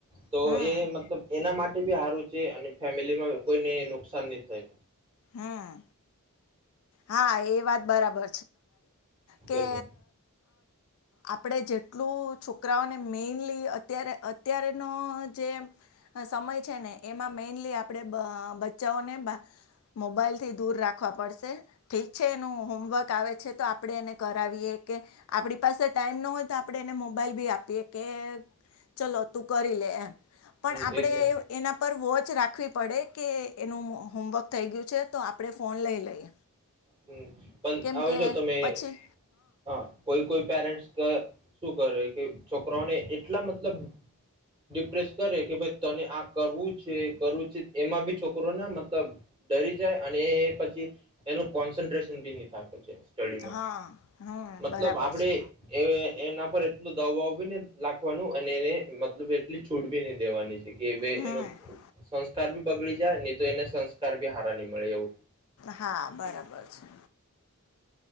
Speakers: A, on the right; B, on the left.
A: તો
B: હમ
A: એ મતલબ એના માટે સારું છે અને ફેમિલીમાં કોઈને નુકસાન નહી થાય
B: હમ હા એ વાત બરાબર છે
A: એજ ને
B: આપડે જેટલું છોકરાઓને મેઈનલી અત્યારે અત્ય્યારેનો જે સમય છે ને એમાં મેઈનલી આપણેે બચ્ચાઓને મોબાઈલથી દૂર રાખવા પડશે ઠીક છે એનું હોમવર્ક આવે છે તો આપ આપણે એને કરાવીએ કે આપણી પાસે ટાઈમ ન હોય તો આપણે એને મોબાઈલ ભી આપીએ કે ચલો તું કરી લે એમ પણ
A: હમ
B: આપડે
A: એજ ને
B: એના પર વોચ રાખવી પડે કે એનું હોમવર્ક થઈ ગયું છે તો આપણે ફોન લઈ લઈએ
A: એમ પણ
B: કેમ
A: આવજો
B: કે
A: તમે
B: પછી
A: હા કોઈ કોઈ પેરેન્ટસ શું કરે કે છોકરાઓને એટલા મતલબ ડિપ્રેસ કરે કે ભ તને આ કરવું છે કરવું છે એમાં બી છોકરોને મતલબ ડરી જાય અને પછી એનું કોન્સન્ટેશન બી નહી થ પ છે સડીમાં
B: હા હમ
A: મતલબ
B: બરાબર
A: આપડે
B: છે
A: એના પર એટલું દ લખવાનું અને એને મતલબ એટલી છૂડ બી નહી દેવાની છે કે
B: હમ
A: એનો સંસ્કાર ભી બગડી જાય નહી તો એને બી હારાની મળે એવું
B: હા બરાબર છે